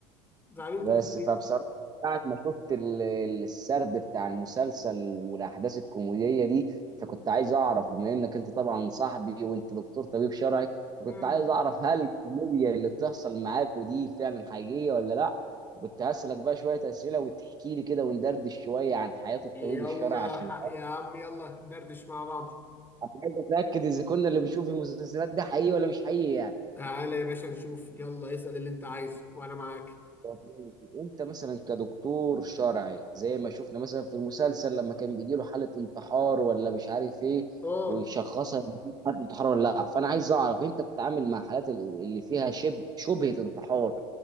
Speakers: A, on the left; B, on the right.
A: زعلانكم
B: بس
A: في
B: فبصراحة
A: ايه
B: بعد ما شفت ال- ال- السرد بتاع المسلسل والأحداث الكوميدية دي فكنت عايز أعرف بما إنك أنت طبعا صاحبي وأنت دكتور طبيب شرعي فكنت
A: امم
B: عايز أعرف هل الكوميديا اللي بتحصل معاك ودي فعلا حقيقية ولا لأ كنت هسألك بقى شوية أسئلة وتحكي لي كده وندردش شوية عن حياة الطبيب
A: يلا
B: الشرعي عشان
A: يا حق
B: أنا
A: يا عم يلا دردش مع بعض
B: عايز أتأكد إذا كنا اللي بنشوف المسلسلات ده حقيقي ولا مش حقيقي يعني
A: تعالى يا باشا نشوف يلا اسال اللي انت عايزه وانا معاك
B: طب ماشي. انت مثلا كدكتور شرعي زي ما شفنا مثلا في المسلسل لما كان بيجي له حاله انتحار ولا مش عارف ايه
A: اه
B: ويشخصها إن دي حاله انتحار ولا لا فانا عايز اعرف انت بتتعامل مع حالات ال- اللي فيها شبه شبهه انتحار